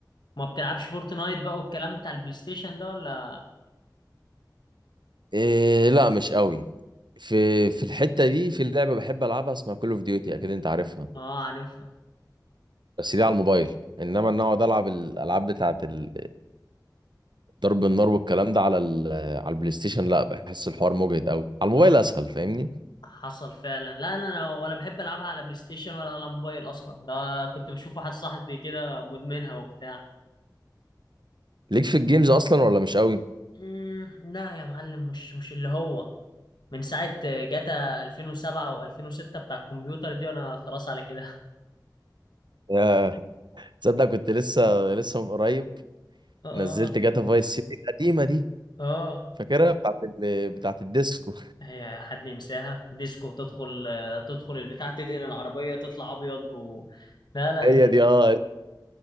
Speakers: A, on the left; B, on the right.
A: ما بتلعبش فورتنايت بقى والكلام بتاع البلاي ستيشن ده ولا
B: إيه لا مش قوي في في الحتة دي في لعبة بحب ألعبها اسمها كول اوف ديوتي أكيد أنت عارفها
A: اه عارفها
B: بس دي على الموبايل إنما إن أقعد ألعب الألعاب بتاعة ال- ضرب النار والكلام ده على ال- على البلاي ستيشن لا بحس الحوار مجهد قوي على الموبايل
A: اه
B: أسهل فاهمني
A: حصل فعلا لا انا أنا ولا بحب العبها على بلاي ستيشن ولا على موبايل اصلا ده كنت بشوف واحد صاحبي كده مدمنها وبتاع
B: ليك في الجيمز أصلا ولا مش قوي
A: مم، لا يا معلم مش مش اللي هو من ساعة جاتا 2007 و2006 بتاع الكمبيوتر دي وانا خلاص على كده
B: يا تصدق كنت لسه لسه من قريب
A: <laughs> اه
B: نزلت جاتا فايس سيتي القديمة دي
A: اه
B: فاكرها بتاعة ال... بتاعة الديسكو
A: هي حد ينساها ديسكو تدخل آه، تدخل البتاع تدهن العربية تطلع أبيض و... لا لا
B: <laughs> هي
A: الد-
B: دي اه